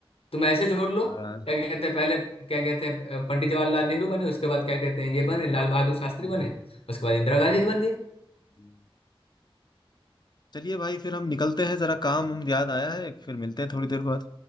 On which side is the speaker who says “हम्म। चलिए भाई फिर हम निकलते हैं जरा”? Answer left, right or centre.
Left